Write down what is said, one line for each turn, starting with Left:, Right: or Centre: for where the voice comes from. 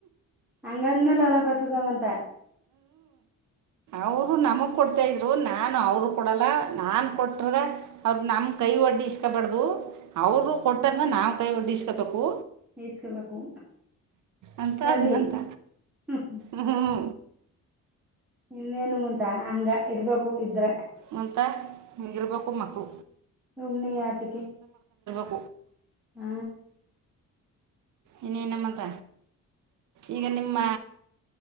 Centre: ಹಂಗಂದ್ಮೇಲೆ ಹಳ ಬರ್ತದವಂತ
Right: ಅವರು ನಮ ಕೊಡ್ತಾ ಇದ್ರು ರು ನಾನು ಅವರು ಕೊಡಲ್ಲ ನಾನು ಕೊಟ್ರುವೆ ಅವ್ರ ನಮ ಕೈ ಒಡ್ಡಿ ಇಸ್ಕಬಾರಡ್ದು ಅವರು ಕೊಟ್ಟದ ನಾವು ಕೈ ಒಡ್ ಎಸ್ಕಬೇಕು
Centre: ಇಸ್ಕಬೇಕು ಅಂತ
Right: ಅಂತ
Centre: ಸರಿ
Right: ಅಂದಂತ
Centre: ಹ್ಮ್ ಹ್ಮ್
Right: ಹ್ಞೂ
Centre: ಇನ್ನೇನು ಮಂತ ಹಂಗ ಇರ್ಬೇಕು ಇದ್ರ
Right: ಮಂತ ಹಿಂಗಿರ್ಬೇಕು ಮಕ್ಳು
Centre: ಸುಮ್ನೆ ಯಾತಕ್ಕೆ
Right: ಹ್ಮ
Centre: ಹಾ
Right: ಇನ್ನೇನ ಮತ್ತ ಈಗ ನಿಮ್ಮ